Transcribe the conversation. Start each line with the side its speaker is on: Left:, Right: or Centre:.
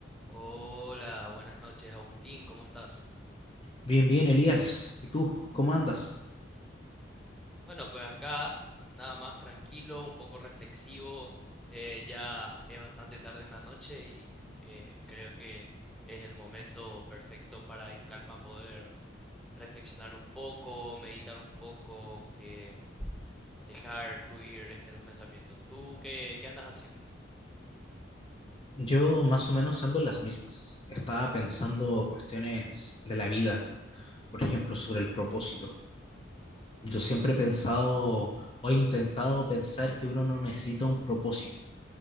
Centre: Hola, buenas noches, Agustín, ¿cómo estás?
Left: Bien, bien, Elías. ¿Y tú? ¿Cómo andas?
Centre: Bueno, pues acá nada más tranquilo, un poco reflexivo, eh, ya es bastante tarde en la noche y eh, creo que es el momento perfecto para en calma poder reflexionar un poco, meditar un poco, em, dejar fluir este, los pensamientos. ¿Tú qué, qué andas haciendo?
Left: Yo más o menos ando en las mismas. Estaba pensando cuestiones de la vida, por ejemplo, sobre el propósito. Yo siempre he pensado o he intentado pensar que uno no necesita un propósito,